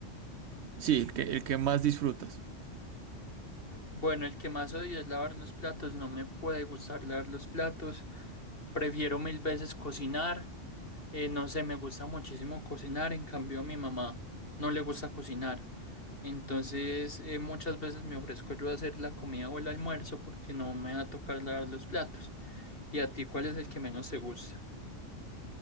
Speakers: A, on the right; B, on the left.
A: sí, el que, el que más disfrutas?
B: Bueno, el que más odio es lavar los platos. No me puede gustar lavar los platos. Prefiero mil veces cocinar. Eh, no sé, me gusta muchísimo cocinar. En cambio, a mi mamá no le gusta cocinar. Entonces, eh, muchas veces me ofrezco yo a hacer la comida o el almuerzo porque no me va a tocar lavar los platos. ¿Y a ti cuál es el que menos te gusta?